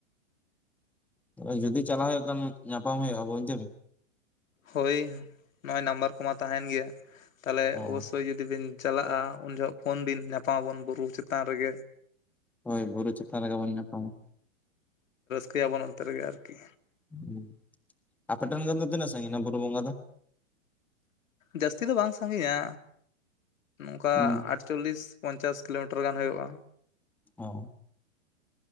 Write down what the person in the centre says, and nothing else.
ᱚ ᱡᱩᱫᱤ ᱪᱟᱞᱟᱜ ᱦᱩᱭᱩᱜ ᱠᱷᱟᱱ ᱧᱟᱯᱟᱢ ᱦᱩᱭᱩᱜᱼᱟ ᱵᱩᱡ ᱫᱟᱹᱢ᱾
ᱦᱚᱸ
ᱦᱳᱭ ᱵᱩᱨᱩ ᱪᱮᱛᱟᱱ ᱨᱮᱜᱮ ᱵᱚᱱ ᱧᱟᱯᱟᱢ-ᱟ᱾
<unintelligible> ᱟᱯᱮ ᱴᱷᱮᱱ ᱠᱷᱚᱱ ᱫᱚ ᱛᱤᱱᱟᱹᱜ ᱥᱟᱺᱜᱤᱧ ᱮᱱᱟ ᱵᱩᱨᱩ ᱵᱚᱸᱜᱟ ᱫᱚ?
ᱦᱩᱸ,
ᱚ